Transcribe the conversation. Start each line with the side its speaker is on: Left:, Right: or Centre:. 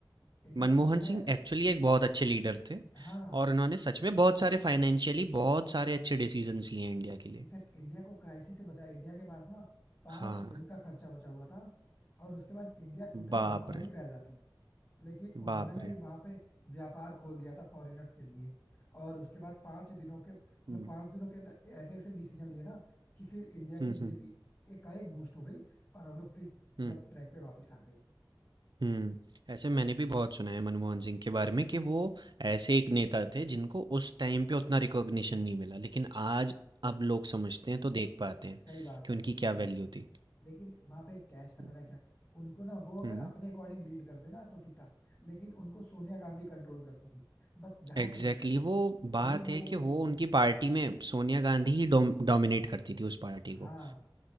Left: इनफैक्ट
Right: मनमोहन
Left: तुम्हें पता
Right: सिंह
Left: है
Right: एक्चुअली एक बहुत अच्छे लीडर थे
Left: हाँ
Right: और उन्होंने सच में बहुत सारे फाइनेंशियली बहुत सारे अच्छे डिसीजंस लिए हैं इंडिया के लिए।
Left: इनफैक्ट इंडिया को क्राइसिस से बचाया इंडिया के पास ना पांच
Right: हाँ,
Left: दिन का खर्चा बचा हुआ था और उसके बाद इंडिया टोटली
Right: बाप
Left: भूखमरी
Right: रे!
Left: पे आ जाती लेकिन उन्होंने
Right: बाप
Left: ना ही
Right: रे!
Left: वहां पे व्यापार खोल दिया था फॉरेनर्स के लिए और उसके बाद पांच दिनों के मतलब
Right: हुँ,
Left: पांच दिनों के अंदर ऐसे ऐसे डिसीजन लिए ना कि फिर इंडिया की
Right: हुँ,
Left: जीडीपी
Right: हुँ,
Left: एकाएक बूस्ट हो गई और हम लोग फिर मतलब
Right: हुँ,
Left: ट्रैक पे वापस आ गए
Right: हुँ। ऐसे मैंने भी बहुत सुना है मनमोहन सिंह के बारे में कि वो ऐसे एक नेता थे जिनको उस टाइम पे उतना रिकॉग्निशन नहीं मिला, लेकिन आज अब लोग समझते हैं तो देख पाते हैं
Left: सही बात
Right: कि
Left: है
Right: उनकी क्या
Left: एग्जैक्टली
Right: वैल्यू थी।
Left: लेकिन वहां पे एक कैश था
Right: हुँ,
Left: पता है क्या उनको ना वो अगर
Right: हुँ,
Left: अपने अकॉर्डिंग लीड करते ना तो ठीक था लेकिन उनको सोनिया गांधी कंट्रोल करती थी बस यहाँ
Right: एग्ज़ैक्टली
Left: पे दिक्कत थी
Right: वो बात
Left: यही
Right: है
Left: लोगों
Right: कि
Left: को नहीं
Right: वो
Left: पसंद
Right: उनकी
Left: थी
Right: पार्टी में सोनिया गांधी ही डोम डोमिनेट करती थी उस पार्टी
Left: हाँ
Right: को,